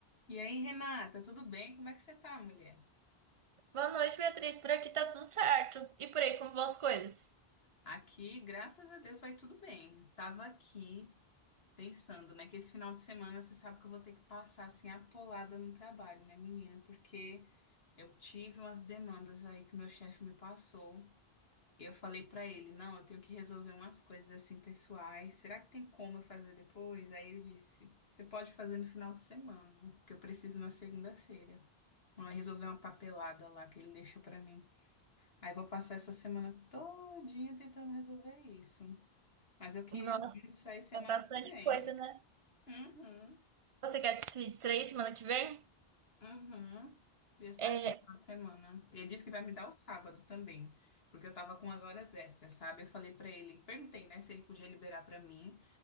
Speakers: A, on the left (about 75°); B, on the right (about 50°).
A: E aí, Renata, tudo bem? Como é que você tá, mulher?
B: Boa noite, Beatriz. Por aqui tá tudo certo. E por aí, como vão as coisas?
A: Aqui, graças a Deus, vai tudo bem. Tava aqui pensando, né, que esse final de semana você sabe que eu vou ter que passar assim atolada no trabalho, né, menina? Porque eu tive umas demandas aí que o meu chefe me passou. E eu falei pra ele, não, eu tenho que resolver umas coisas assim pessoais. Será que tem como eu fazer depois? Aí ele disse, você pode fazer no final de semana, que eu preciso na segunda-feira. Ó, Resolver uma papelada lá que ele deixou pra mim. Aí vou passar essa semana todinha tentando resolver isso. Mas eu queria
B: Nossa,
A: muito sair semana
B: tá bastante
A: que vem.
B: coisa, né?
A: Uhum,
B: Você quer se distrair semana que vem?
A: uhum. Queria sair
B: É,
A: no final de semana. E ele disse que vai me dar o sábado também, porque eu tava com umas horas extras, sabe? Eu falei pra ele, perguntei, né, se ele podia liberar pra mim